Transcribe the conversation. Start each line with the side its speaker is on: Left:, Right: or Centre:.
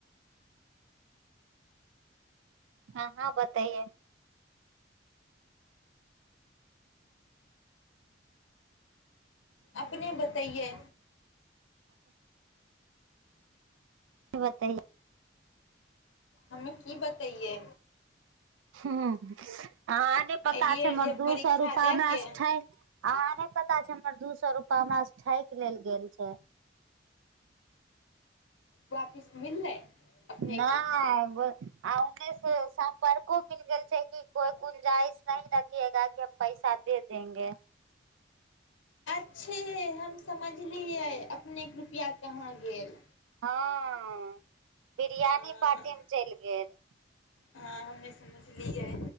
Right: अहाँ बतैइए
Left: अपने बतैयै
Right: बतैइए
Left: हमे की बतैयै
Right: हूँ अहाँ ने पता
Left: एलियै
Right: छै हमर
Left: जब
Right: दू
Left: परीक्षा
Right: सए रूपा
Left: दएके
Right: हमरा सँ ठकि अहाँ ने प छै हमर दू सए रूपा हमरा से ठकि लेल गेल छै।
Left: वापिस मिललै। अपनेके
Right: नहि उन्नैक स परको मिल गेल छै कि कोइ गुंजाइश नहीं रखियेगा की हम पैसा दे देेंगे
Left: छैय हम समझलियै अपने कृपया कहाँ गेल
Right: हाँ-अ बिरियानी
Left: हँ
Right: पार्टी मे चलि गेल।
Left: हँ हमे समझलियै।